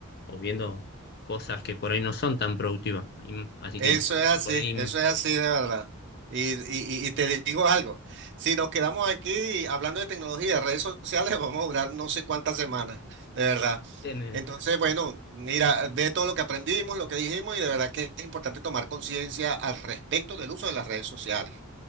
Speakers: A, on the left; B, on the right.
A: o viendo cosas que por ahí no son tan productivas. Y- así
B: eso
A: que
B: es así,
A: por ahí
B: eso es así de verdad. Y, y, y y te digo algo, si nos quedamos aquí hablando de tecnología, redes sociales, <laughs> vamos a durar no sé cuántas semanas, de verdad.
A: ten-
B: Entonces, bueno, mira, ve todo lo que aprendimos, lo que dijimos y de verdad que es importante tomar conciencia al respecto del uso de las redes sociales.